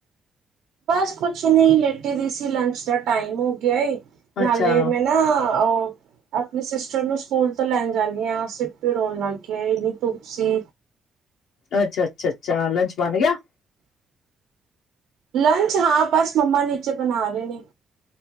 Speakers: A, on the right; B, on the left.
A: ਬਸ ਕੁਛ ਨਹੀਂ ਲੇਟੀ ਦੀ ਸੀ ਲੰਚ ਦਾ ਟਾਈਮ ਹੋ ਗਿਆ ਏ ਨਾਲੇ
B: ਅੱਛਾ
A: ਮੈਂ ਨਾ ਓਹ ਆਪਣੇ ਸਿਸਟਰ ਨੂੰ ਸਕੂਲ ਤੋਂ ਲੈਣ ਜਾਂਨੀ ਹਾਂ ਸਿਰ ਪੀੜ ਹੋਣ ਲੱਗ ਗਿਆ ਇੰਨੀ ਧੁੱਪ ਸੀ
B: ਅੱਛਾ ਅੱਛਾ ਅੱਛਾ ਲੰਚ ਬਣ ਗਿਆ
A: ਲੰਚ ਹਾਂ ਬਸ ਮੰਮਾ ਨੀਚੇ ਬਣਾ ਰਹੇ ਨੇ